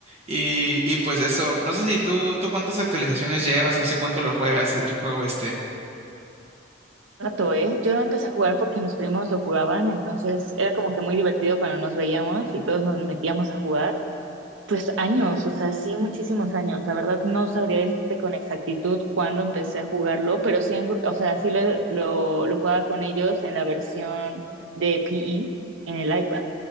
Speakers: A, on the right; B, on the right.
A: Y, y pues eso, no sé si tú, tú cuántas actualizaciones llevas o hace cuánto lo juegas el juego este.
B: rato, ¿eh? Yo no empecé a jugar porque mis primos lo jugaban, entonces era como que muy divertido cuando nos veíamos y todos nos metíamos a jugar. Pues años, o sea, sí, muchísimos años. La verdad no sabría decirte con exactitud cuándo empecé a jugarlo, pero sí, en- o sea, sí lo, lo, lo jugaba con ellos en la versión de PE en el iPad.